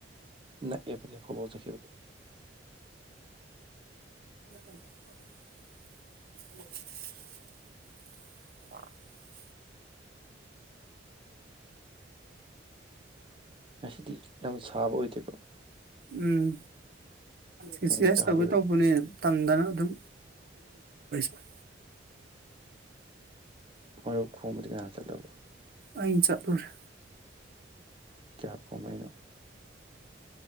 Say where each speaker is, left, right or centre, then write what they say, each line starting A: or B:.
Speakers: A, on the right; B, on the right.
A: ꯅꯛꯑꯦ꯫ <unintelligible> ꯆꯈꯤꯕꯗ꯫
B: <inaudible> <inaudible>
A: ꯉꯁꯗꯤ ꯌꯥꯝ ꯁꯥꯕ ꯑꯣꯏꯗꯦꯀꯣ
B: ꯎꯝ ꯑꯦꯛꯁꯔꯁꯥꯏꯁ
A: ꯅꯣꯡ ꯇꯥꯈꯤꯕꯒꯤ
B: ꯇꯧꯒꯦ ꯇꯧꯕꯅꯦ ꯇꯟꯗꯅ ꯑꯗꯨꯝ <unintelligible>
A: ꯃꯔꯨꯞ ꯈꯣꯡꯕꯗꯤ ꯀꯥꯏ ꯆꯠꯂꯕ
B: ꯑꯩ ꯆꯠꯂꯨꯔꯦ
A: ꯀꯌꯥ ꯈꯣꯝ ꯃꯩꯅꯣ